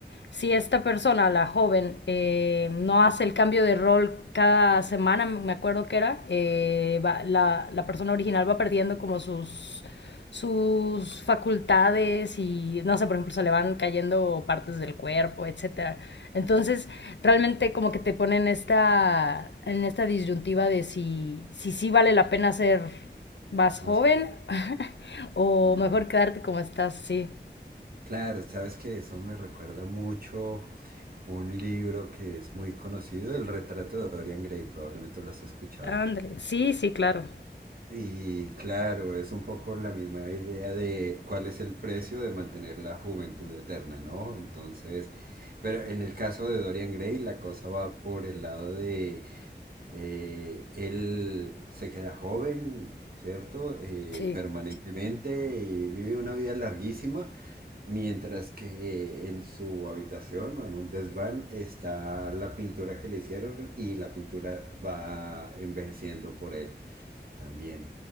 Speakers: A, on the left; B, on the right.
A: si esta persona, la joven, eh, no hace el cambio de rol cada semana, me acuerdo que era, eh, va- la, la persona original va perdiendo como sus, sus facultades y, no sé, por ejemplo, se le van cayendo partes del cuerpo, etcétera. Entonces, realmente como que te ponen esta, en esta disyuntiva de si, si sí vale la pena ser más
B: más
A: joven
B: joven
A: <laughs> o
B: o nada.
A: mejor quedarte como estás, sí.
B: Claro, sabes que eso me recuerda mucho un libro que es muy conocido, El retrato de Dorian Gray, probablemente lo has escuchado.
A: Ándale, sí, sí, claro.
B: Y claro, es un poco la misma idea de cuál es el precio de mantener la juventud eterna, ¿no? Entonces, pero en el caso de Dorian Gray, la cosa va por el lado de eh, él se queda joven, ¿cierto? Eh,
A: Sí.
B: permanentemente y vive una vida larguísima, mientras que en su habitación o en un desván está la pintura que le hicieron y la pintura va envejeciendo por él también.